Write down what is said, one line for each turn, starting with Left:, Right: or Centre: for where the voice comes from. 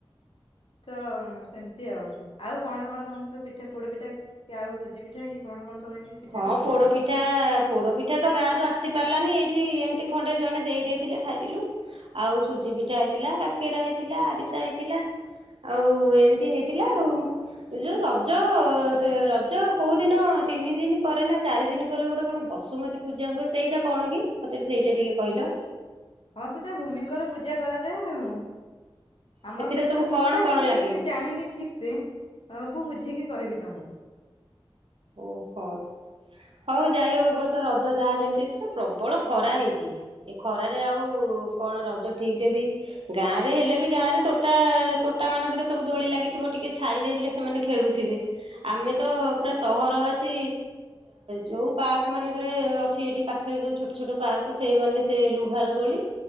Left: ତ ସେମିତି ଆଉ। ଆଉ କଣ କଣ କଣ ସବ ପିଠା ପୋଡ ପିଠା କି ଆଉ ସୁଜି ପିଠା କି କଣ କଣ? ସବୁ ଏମିତି ପିଠା
Right: ହଁ
Left: କରିଥିଲ?
Right: ପୋଡ ପିଠା ପୋଡ ପିଠା ତ ଗାଁରୁ ଆସ। ଆସିପାରିଲାନି ଏଇଠି ଏମିତି ଖଣ୍ଡେ ଜଣେ ଦେଇ ଦେଇେଇଥିଲେ ଖାଇଥିଲୁ ଆଉ ସୁଜି ପିଠା ହେଇଥିଲା କାକେରା ହେଇଥିଲା ଆରିସା ହେଇଥିଲା ଆଉ ଏମିତି ହେଇଥିଲା ଆଉ ଏ ଯେଉଁ ରଜ ରଜ କେଉଁ ଦିନ ତିନି ଦିନ। ପରେରେ ନା ଚାରି ଦିନ ପରେ ଗୋଟେ କଣ ବସୁମତୀ ପୂଜା ହୁଏ ସେଇଟା କଣ କି ମୋତେ ଟ ସେଇଟା ଟିକେ କହିଲ
Left: ହଁ ସେଟା ଭୂମିଙ୍କର ପୂଜା କରାଯାଏ ଆଉ। ଆମର
Right: ସେଥିରେ
Left: ତ ଏପଟେ
Right: ସବୁ
Left: ମୁଁ
Right: କଣ
Left: ତ
Right: କଣ
Left: ଏତେ
Right: ଲାଗେ
Left: ବି କିଛି ଜାଣିନି ଠିକ ସେ ମୁୁ ବୁଝିକି କହିବି ତମକୁ।
Right: ଓହୋ ହଉ ଯାଇ ହଉ ଏ ବର୍ଷ ରଜ ଯାହା ଯେମିତି ତ ପ୍ରବଳ ଖରା ହେଇଛି ଏ ଖରାରେ ଆଉ କଣ ରଜ ଠିକ ରେ ବି ଗାଁ ରେ ହେଲେ ବି ଗାଁ ରେ ତୋଟା ତୋଟା ମାନଙ୍କରେ ସବୁ ଦୋଳି ଲାଗିଥିବ ଟିକେ ଛାଇରେ ହେଲେ ସେମାନେ ଖେଳୁଥିବେ ଆମେ ତ ପୁରା ସହରବାସୀ ଯଉ ପାର୍କ ମାନଙ୍କରେ ଅଛି ଏଠି ପାଖରେ ଯେଉ ଛୋଟ ଛୋଟ ପାର୍କ ସେଇମାନେ ସେ ଲୁହାର ଦୋଳି